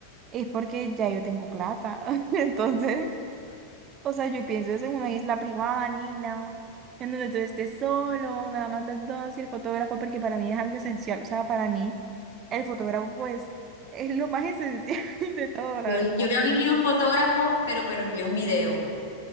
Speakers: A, on the right; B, on the left.
A: es porque ya yo tengo plata. <laughs> Entonces, O sea, yo pienso es en una isla privada, Nina, en donde tú estés solo, nada más los dos y el fotógrafo, porque para mí es algo esencial. O sea, para mí el fotógrafo es, es lo más esencial <laughs> de todo, la
B: Yo,
A: verdad.
B: yo también quiero un fotógrafo, pero, pero quiero un video.